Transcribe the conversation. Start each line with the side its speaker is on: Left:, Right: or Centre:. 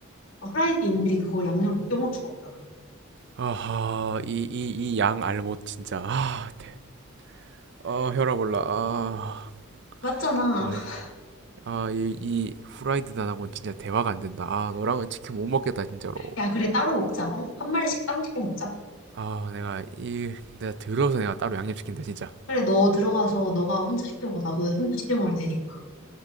Left: 후라이드인들이 그걸 양념을 벗겨 먹을 수가 없잖아.
Right: 아하, 이, 이, 이 양 알못 진짜. 아, 대. 아, 혈압 올라. 아,
Left: 맞잖아.
Right: 아,
Left: <laughs>
Right: 아, 이, 이 후라이드 단하고는 진짜 대화가 안 된다. 아, 너랑은 치킨 못 먹겠다, 진짜로.
Left: 야 그래 따로 먹자. 어? 한 마리씩 따로 시켜 먹자.
Right: 아, 내가 이, 내가 들어서 내가 따로 양념 시킨다, 진짜.
Left: 그래 너 들어가서 너가 혼자 시켜 먹어. 나도 혼자 시켜 먹을 테니까.